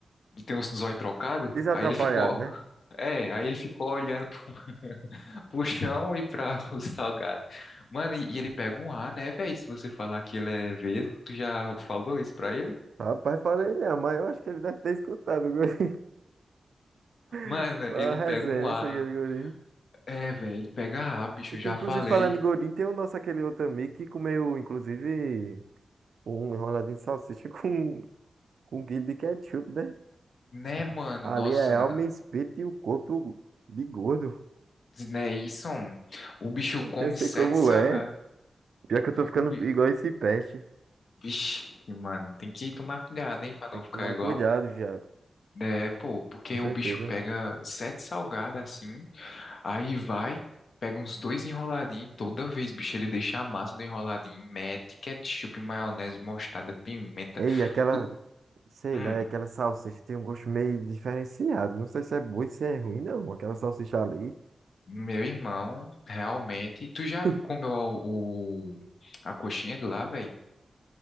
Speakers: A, on the left; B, on the right.
A: tem os olhos trocados,
B: Desatrapalhado,
A: aí ele ficou
B: né?
A: <laughs> É, aí ele ficou olhando pro, <laughs> pro chão e pra <laughs> o salgado. Mano, e, e ele pega um ar, né, velho? Se você falar que ele é vesgo, tu já falou isso pra ele?
B: Rapaz, falei, não, mas eu acho que ele deve ter escutado o gordinho.
A: Mano,
B: <laughs> Mas
A: ele
B: é
A: pega
B: resenha,
A: um ar.
B: isso aqui, gordinho.
A: É, velho, ele pega ar, bicho,
B: E tem,
A: eu já
B: inclusive,
A: falei.
B: falando em gordinho, tem o nosso aquele outro amigo que comeu, inclusive, um enroladinho de salsicha <laughs> com, com um quilo de ketchup, né?
A: Né, mano?
B: Ali
A: Nossa,
B: é
A: mano.
B: alma, espírito e o corpo de gordo.
A: Né, isso, mano. O bicho
B: <laughs>
A: come
B: Eu sei
A: sete
B: como
A: salgados.
B: é. Pior que eu tô ficando
A: O bi...
B: igual esse peste.
A: Vixe, mano, tem que tomar cuidado, hein, pra não
B: Tem que
A: ficar
B: tomar
A: igual.
B: cuidado, viado.
A: É, pô, porque
B: Com certeza.
A: o bicho pega sete salgados assim, aí vai, pega uns dois enroladinhos. Toda vez, bicho, ele deixa a massa do enroladinho, mete ketchup, maionese, mostarda, pimenta.
B: Ei, aquela,
A: Tu...
B: sei
A: Hum,
B: lá, aquela salsicha tem um gosto meio diferenciado. Não sei se é bom e se é ruim, não. Aquela salsicha ali.
A: meu irmão, realmente. Tu já
B: <laughs>
A: comeu o, o- a coxinha de lá, velho?